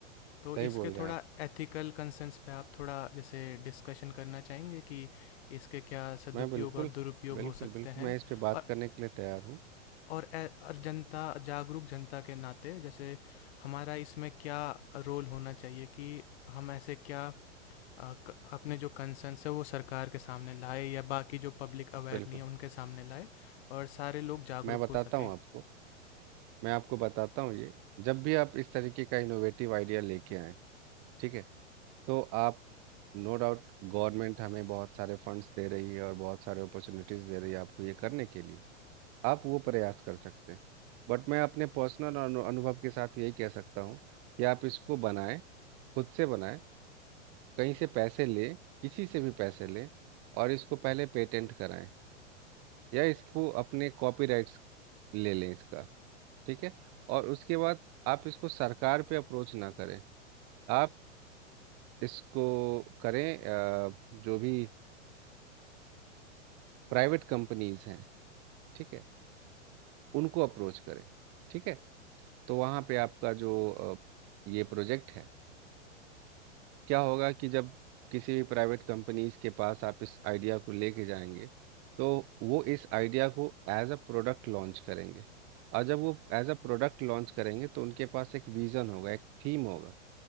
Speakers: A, on the left; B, on the right.
A: तो
B: सही
A: इसके
B: बोल रहे
A: थोड़ा
B: हैं आप
A: एथिकल कंसर्न्स पे आप थोड़ा जैसे डिस्कशन करना चाहेंगे कि इसके क्या सदुपयोग
B: मैं बिल्कुल
A: और दुरुपयोग
B: बिल्कुल
A: हो सकते
B: बिल्कुल
A: हैं
B: मैं इस पे बात
A: और
B: करने के लिए तैयार हूँ
A: और ए- और जनता जागरूक जनता के नाते जैसे हमारा इसमें क्या रोल होना चाहिए कि हम ऐसे क्या अ, क- अपने जो कंसर्न्स है वो सरकार के सामने लाए या बाकी जो पब्लिक अवेयर
B: बिल्कुल
A: नहीं है उनके सामने लाए और सारे लोग जागरूक
B: मैं बताता
A: हो सकें
B: हूँ आपको मैं आपको बताता हूँ ये जब भी आप इस तरीके का इनोवेटिव आइडिया लेके आए ठीक है तो आप नो डाउट गवर्नमेंट हमें बहुत सारे फंड्स दे रही है और बहुत सारे अपॉर्चुनिटीज दे रही है आपको ये करने के लिए आप वो प्रयास कर सकते हैं बट मैं अपने पर्सनल अनुभव के साथ यही कह सकता हूँ कि आप इसको बनाएं खुद से बनाएं कहीं से पैसे लें किसी से भी पैसे लें और इसको पहले पेटेंट कराएं या इसको अपने कॉपीराइट्स ले लें इसका ठीक है और उसके बाद आप इसको सरकार पे अप्रोच ना करें आप इसको करें अ, जो भी प्राइवेट कंपनीज हैं ठीक है उनको अप्रोच करें ठीक है तो वहाँ पे आपका जो अ, ये प्रोजेक्ट है क्या होगा कि जब किसी भी प्राइवेट कंपनीज के पास आप इस आइडिया को लेके जाएंगे तो वो इस आइडिया को एज अ प्रोडक्ट लॉन्च करेंगे और जब वो एज अ प्रोडक्ट लॉन्च करेंगे तो उनके पास एक विजन होगा एक थीम होगा